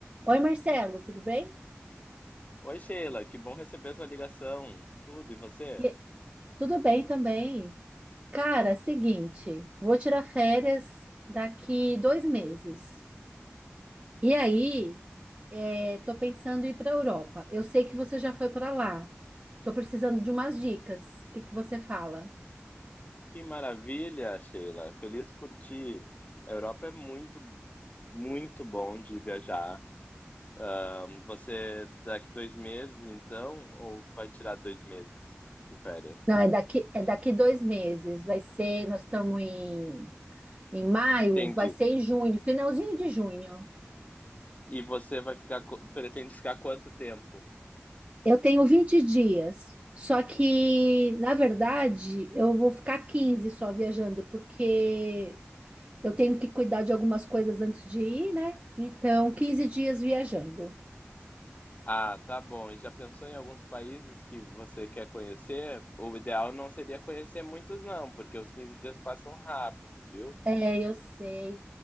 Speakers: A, on the right (about 30°); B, on the left (about 35°).
A: Oi, Marcelo, tudo bem?
B: Oi, Sheila, que bom receber sua ligação. Tudo, e você?
A: E- tudo bem também. Cara, seguinte, vou tirar férias daqui dois meses. E aí, é, tô pensando em ir para a Europa. Eu sei que você já foi para lá. Tô precisando de umas dicas. O que que você fala?
B: Que maravilha, Sheila. Feliz por ti. A Europa é muito, muito bom de viajar. Ahn, você daqui dois meses, então, ou vai tirar dois meses de férias?
A: Não, é daqui, é daqui dois meses. Vai ser, nós estamos em, em maio,
B: Entendi.
A: vai ser em junho, finalzinho de junho.
B: E você vai ficar, co- pretende ficar quanto tempo?
A: Eu tenho 20 dias, só que, na verdade, eu vou ficar 15 só viajando, porque eu tenho que cuidar de algumas coisas antes de ir, né? Então, 15 dias viajando.
B: Ah, tá bom. E já pensou em alguns países que você quer conhecer? O ideal não seria conhecer muitos, não, porque os 15 dias passam rápido, viu?
A: É, eu sei.